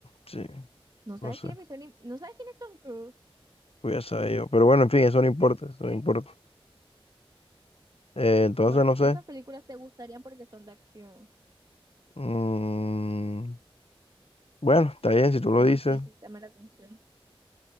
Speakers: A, on the left (about 85°); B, on the right (about 45°).
A: Sí,
B: ¿No sabes
A: no sé.
B: quién es Misión Im- ¿No sabes quién es Tom Cruise?
A: Voy a saber yo. Pero bueno, en fin, eso no importa, eso no importa. Eh, entonces,
B: Bueno,
A: no sé.
B: esas películas te gustarían porque son de acción.
A: Mm, bueno, está bien, si tú lo
B: No
A: dices,
B: sé si te llama la atención.